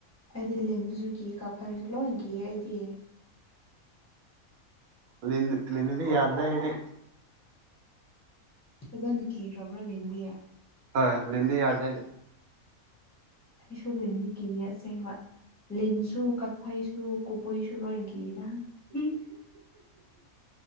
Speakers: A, on the left; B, on the right.
A: ꯑꯩꯗꯤ ꯂꯤꯟꯕꯁꯨ ꯀꯤ ꯀꯛꯐꯕꯁꯨ ꯂꯣꯏ ꯀꯤ ꯑꯩꯗꯤ
B: ꯂꯤꯟ ꯂꯤꯟꯅꯗꯤ ꯌꯥꯗ꯭ꯔꯦ ꯑꯩꯗꯤ
A: ꯐꯖꯅ ꯀꯤꯈꯔꯕꯣ ꯂꯤꯟꯗꯤ
B: ꯍꯣꯏ ꯂꯤꯟꯗꯤ ꯌꯥꯗꯦ
A: ꯑꯩꯁꯨ ꯂꯤꯟꯗꯤ ꯀꯤꯌꯦ ꯑꯁꯦꯡꯕ ꯂꯤꯟꯁꯨ ꯀꯛꯐꯩꯁꯨ ꯀꯨꯄꯨꯁꯨ ꯂꯣ ꯀꯤꯗ ꯎꯝ